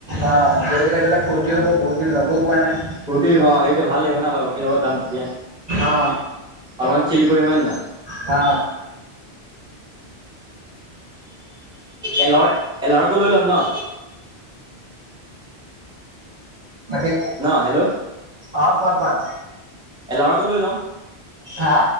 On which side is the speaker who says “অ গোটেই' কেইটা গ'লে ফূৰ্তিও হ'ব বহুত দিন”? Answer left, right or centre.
Right